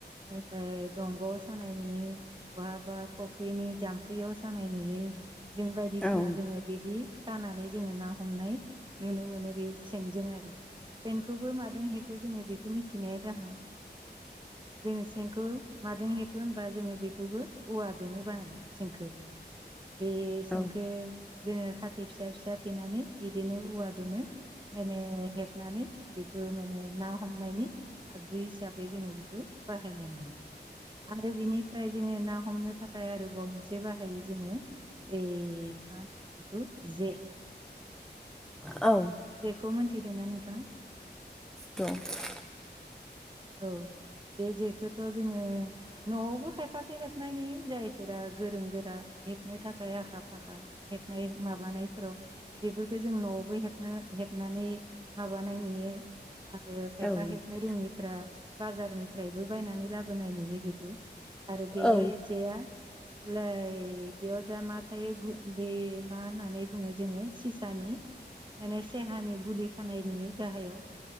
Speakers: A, on the right (about 25°); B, in the centre.
A: ओरै दंग' सानायनि बहाबा फुख्रिनि जाम्फैयाव सानाय नुयो। जों बायदिसिना
B: औ
A: जोङो बिदि सानानै जोङो ना हमनाय नुनो मोनो बे सेनजों आरो। सेनखौबो मादों हेबो जोङो बेखौ मिथिनाया गाहाम। <inaudible> जोङो सेनखौ मादों हेब बो होमबा जोङो बेखौबो औवाजोंनो बानायो सेनखोबो बे सेनखो
B: औ
A: जोङो खाथि फिसा फिसा थैनानै बिदिनो औवा दोनो। माने हेब हनानै बेखौ माने ना हमनायनि आगजु हिसाबै जोङो बेखौ बाहायनाय नुयो आरो बिनिफ्राय जोङो ना हमनो थाख आरोबाव मोनसे बाहायो जोङो इ मा होनो बेखौ जे।
B: <inaudible> औ।
A: जेखौ मोनथिदो ना नोंथाङा?
B: द'
A: औ बे जेखौथ' जोङो न'आवबो खायफाखै हेबनाय नुयो जायफोरा गोरों गोरा हेबनो थाखाय आखा-फाखा हेबनाय माबानायफोराव बेफोरखौ जों न'आवबो हेबनो-हेबनानै माबानाय नुयो आरो खायफा
B: औ
A: हेबनो रोङिफ्रा बाजारनिफ्रायबो बायनानै लाबोनाय नुयो बेखौ। आरो बे
B: औ
A: जेया लै बेयाव जा मा थायो गु बे मा होननानै बुङो जोङो सिसानि माने सेहानि गुलि खानाय नुयो गाहायाव।